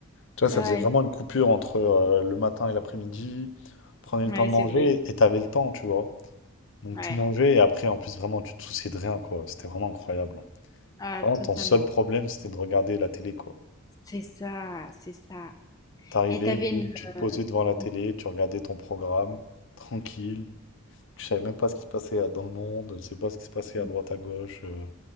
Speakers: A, on the left; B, on the left.
A: Tu vois, ça
B: Ouais,
A: faisait vraiment une coupure entre euh, le matin et l'après-midi. Prenais le
B: ouais,
A: temps de
B: c'est
A: manger
B: vrai.
A: et t'avais le temps, tu vois. Donc
B: Ouais,
A: tu mangeais et après, en plus, vraiment, tu te souciais de rien, quoi. C'était vraiment incroyable. hein.
B: ah,
A: Vraiment,
B: totalement.
A: ton seul problème, c'était de regarder la télé, quoi.
B: C'est ça, c'est ça.
A: T'arrivais,
B: Et t'avais
A: boum,
B: une...
A: tu te posais
B: euh,
A: devant la télé,
B: une-
A: tu regardais ton programme, tranquille. Tu savais même pas ce qui se passait euh, dans le monde, tu sais pas ce qui se passait à
B: une-
A: droite, à gauche. euh.